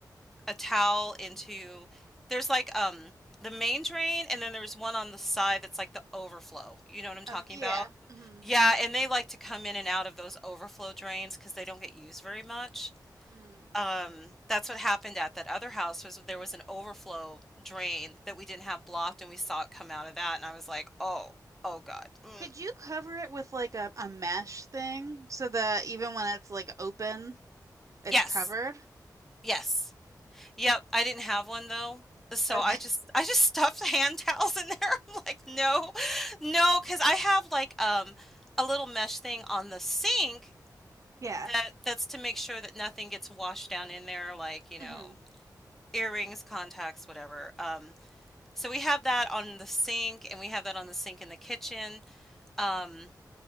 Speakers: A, in the centre; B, on the right.
A: a towel into there's like um the main drain and then there's one on the side that's like the overflow. You know what I'm talking
B: Okay, yeah.
A: about?
B: hmm
A: Yeah, and they like to come in and out of those overflow drains because they don't get used very much.
B: Mm.
A: Um, that's what happened at that other house was there was an overflow drain that we didn't have blocked and we saw it come out of that and I was like, "Oh, oh God. Mm,
B: Could you cover it with like a, a mesh thing so that even when it's like open, it's
A: yes.
B: covered?
A: Yes." Yep, I didn't have one though. So
B: Okay.
A: I
B: <laughs>
A: just I just <laughs> stuffed hand towels in there. <laughs> I'm like, no, no, because I have like um a little mesh thing on the sink
B: Yeah.
A: that that's to make sure that nothing gets washed down in there, like, you know,
B: hmm
A: earrings, contacts, whatever. Um, so we have that on the sink and we have that on the sink in the kitchen. Um,